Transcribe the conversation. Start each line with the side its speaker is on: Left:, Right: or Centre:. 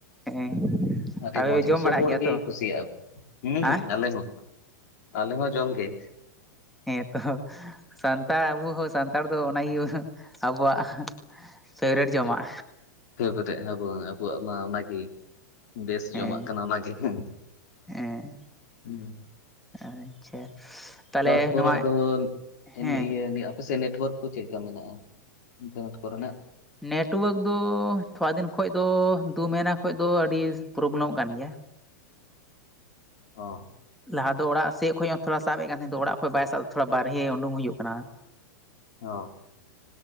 Centre: ᱦᱮᱸ
Left: ᱟᱹᱰᱤ
Centre: ᱟᱯᱮ
Left: ᱢᱚᱸᱡᱽ
Centre: ᱡᱚᱢ
Left: ᱜᱮ
Centre: ᱵᱟᱲᱟᱜ
Left: ᱥᱚᱵ ᱦᱚᱲ
Centre: ᱜᱮᱭᱟ ᱛᱚ
Left: ᱜᱮ ᱠᱩᱥᱤᱭᱟᱜᱼᱟ᱾ ᱦᱮᱸ
Centre: ᱦᱟᱸ
Left: ᱟᱞᱮ ᱦᱚᱸ ᱟᱞᱮ ᱦᱚᱸ ᱡᱚᱢ ᱜᱮ
Centre: ᱦᱮᱸ ᱛᱚ ᱥᱟᱱᱛᱟᱲ ᱟᱵᱚ ᱦᱚᱸ ᱥᱟᱱᱛᱟᱲ ᱫᱚ ᱚᱱᱟᱜᱮ ᱟᱵᱚᱣᱟᱜ ᱯᱷᱮᱵᱟᱨᱮᱴ ᱡᱚᱢᱟᱜ
Left: ᱯᱷᱮ ᱵᱮᱨᱮᱜ ᱱᱟᱵᱚ ᱟᱵᱚᱣᱟᱜ ᱢᱟ ᱚᱱᱟᱜᱤᱼᱼ ᱵᱮᱥ ᱡᱚᱢᱟᱜ
Centre: ᱦᱮᱸ
Left: ᱠᱟᱱᱟ ᱚᱱᱟᱜᱮ ᱦᱮᱸ
Centre: ᱦᱮᱸ
Left: ᱦᱩᱸ
Centre: ᱟᱪᱪᱷᱟ ᱛᱟᱦᱚᱞᱮ
Left: ᱛᱟᱨᱯᱚᱨ
Centre: ᱱᱚᱣᱟ
Left: ᱟᱫᱚ
Centre: ᱦᱮᱸ
Left: ᱮᱱᱮ ᱤᱭᱟᱹ ᱯᱟᱥᱮ ᱥᱮᱫ ᱱᱮᱴᱳᱣᱟᱨᱠ ᱠᱚ ᱪᱮᱫ ᱞᱮᱠᱟ ᱢᱮᱱᱟᱜ-ᱟ ᱤᱱᱴᱟᱨᱱᱮᱴ ᱠᱚᱨᱮᱱᱟᱜ
Centre: ᱱᱮᱴᱣᱟᱨᱠ ᱫᱚ ᱛᱷᱚᱲᱟ ᱫᱤᱱ ᱠᱷᱚᱡ ᱫᱚ ᱫᱩ ᱢᱟᱦᱱᱟᱹ ᱠᱷᱚᱱ ᱫᱚ ᱟᱹᱰᱤ ᱯᱨᱚᱵᱞᱮᱢᱚᱜ ᱠᱟᱱ ᱜᱮᱭᱟ᱾
Left: ᱚ
Centre: ᱞᱟᱦᱟ ᱫᱚ ᱚᱲᱟᱜ ᱥᱮᱡ ᱠᱷᱚᱡ ᱦᱚᱸ ᱛᱷᱚᱲᱟ ᱥᱟᱵ ᱮᱫ ᱠᱟᱱ ᱛᱟᱸᱦᱮ ᱱᱳᱛᱚᱜ ᱚᱲᱟᱜ ᱠᱷᱚᱡ ᱵᱟᱭ ᱥᱟᱵ ᱮᱫᱟ ᱛᱷᱚᱲᱟ ᱵᱟᱨᱦᱮ ᱩᱰᱩᱠ ᱦᱩᱭᱩᱜ ᱠᱟᱱᱟ᱾
Left: ᱚᱻ